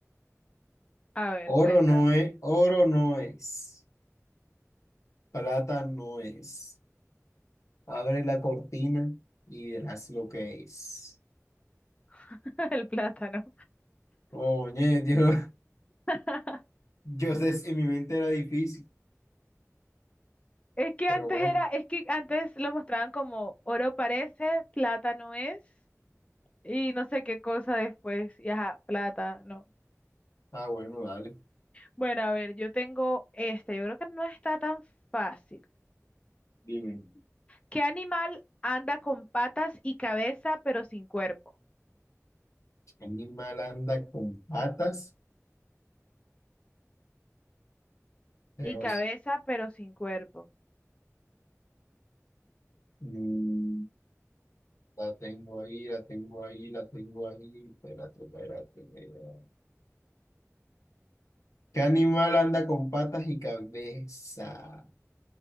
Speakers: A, on the left; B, on the left.
A: A ver, cuenta,
B: Oro no es, oro no es, plata no es. Abre la cortina y verás lo que es.
A: <laughs> el plátano.
B: Oye, <laughs> yo,
A: <laughs>
B: yo sé, si en mi mente era difícil,
A: Es que
B: pero
A: antes
B: bueno,
A: era, es que antes lo mostraban como oro parece, plátano es, y no sé qué cosa después, y ajá, plátano.
B: ah, bueno, dale.
A: Bueno, a ver, yo tengo este, yo creo que no está tan fácil.
B: Dime,
A: ¿Qué animal anda con patas y cabeza pero sin cuerpo?
B: ¿qué animal anda con patas, pero
A: Y cabeza pero sin cuerpo.
B: mm, la tengo ahí, la tengo ahí, la tengo ahí. Espérate, espérate. espérate. ¿Qué animal anda con patas y cabeza?